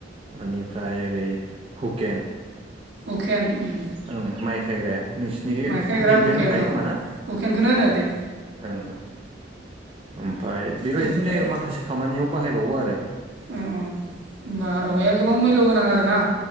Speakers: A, on the right; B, on the right.
A: ओनिफ्राय ओरै हुकेन
B: हुखेन ओं
A: ओं माइ खायग्राया नोंसिनिखै
B: खायग्रा
A: हुकिनखोनो
B: हुकेन
A: होनखायो
B: औ
A: खोमा ना
B: हुकेनखौनो होनो
A: ओं
B: दे
A: ओं ओं ओमफाय बेबायदिनो
B: बेनिफ्राय
A: माखासे खामानियाव बाहायबावो आरो
B: ओ ओ होमबा औवाया
A: ओं
B: गोबां मैल' गोनां आरोना